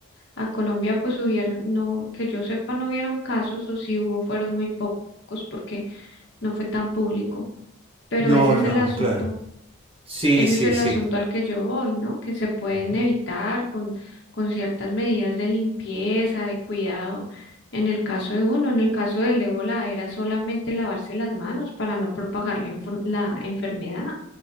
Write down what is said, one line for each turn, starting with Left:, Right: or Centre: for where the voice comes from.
Left: A Colombia pues hubieron, no, que yo sepa, no hubieron casos, o si hubo, fueron muy pocos porque no fue tan público. Pero
Right: No,
Left: ese es
Right: no,
Left: el asunto.
Right: claro. Sí,
Left: Ese
Right: sí,
Left: es el
Right: sí.
Left: asunto al que yo voy, ¿no? Que se pueden
Right: Ujú.
Left: evitar con, con ciertas medidas de limpieza, de cuidado. En el caso de uno, en el caso del ébola, era solamente lavarse las manos para no propagar la, infor- la enfermedad.